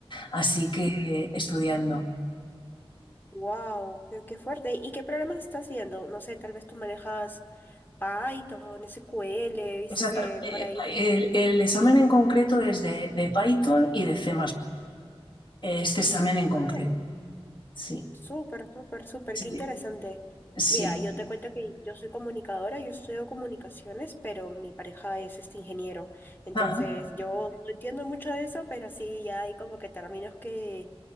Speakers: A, on the left (about 50°); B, on the left (about 20°).
A: así que estudiando.
B: Wow, qué, qué fuerte. ¿Y qué programas estás viendo? No sé, tal vez tú manejas Python, SQL, he visto
A: Exacta-
B: que
A: eh,
B: por ahí.
A: El, el examen en concreto es de, de Python y de C++. Este examen en concreto,
B: Ah.
A: sí.
B: Súper, súper, súper,
A: Sí,
B: qué interesante.
A: sí.
B: Mira, yo te cuento que yo soy comunicadora, yo estudio comunicaciones, pero mi pareja es este ingeniero. Entonces,
A: <laughs>
B: yo no entiendo mucho de eso, pero sí ya hay como que términos que,